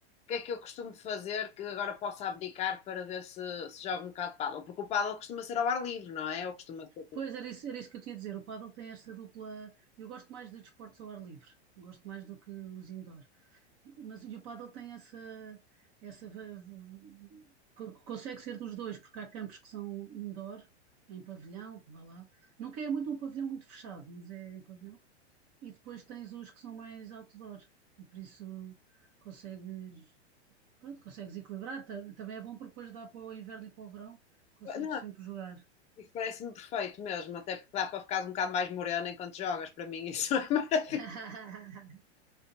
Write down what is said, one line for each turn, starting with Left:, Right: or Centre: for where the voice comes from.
Left: que é que eu costumo fazer que agora possa abdicar para ver se, se jogo um bocado de pádel? Porque o pádel costuma ser ao ar livre, não é? Ou costuma ser...
Right: Pois era isso, era isso que eu tinha a dizer. O pádel tem esta dupla. Eu gosto mais de desportos ao ar livre, gosto mais do que os indoor. Mas e o pádel tem essa, essa va- v- v- co- consegue ser dos dois, porque há campos que são indoor, em pavilhão, vá lá. Nunca é muito um pavilhão muito fechado, mas é em pavilhão. E depois tens os que são mais outdoor, e por isso consegues, pronto, consegues equilibrar. Ta- Também é bom porque depois dá para o inverno e para o verão, consegues
Left: Não,
Right: sempre jogar.
Left: isso parece-me perfeito mesmo, até porque dá para ficar um bocado mais morena enquanto jogas, para mim isso <laughs> é maravilhoso.
Right: <laughs>